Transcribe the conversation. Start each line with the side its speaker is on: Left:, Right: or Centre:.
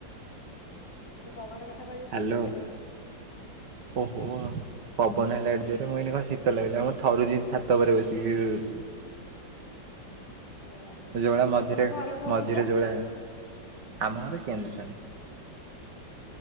Left: ମୁଁ ପବନା କଥା କହିଦେଲି
Right: ହାଲୋ
Left: ତ ସେଥିପାଇଁ।
Right: ଓହୋ ପବନ ହେଲା ଏଡେ ଜୋରେ ମୁ କହିଲି କଣ ଶୀତ ଲାଗିଲା ମୁଁ ଥରୁଛି ଛାତ ଓପରେ ବସିକି ଇଇ।
Left: ହ ରାପରେ
Right: ଯୋଉ ଭଳିଆ ମଝିରେ
Left: ଆପଣଙ୍କ ଘର କୋଉଠି
Right: ମଝିରେ
Left: ତ?
Right: ଯୋଉ ଭଳିଆ ଆମ ଘରେ କେନ୍ଦୁଝର।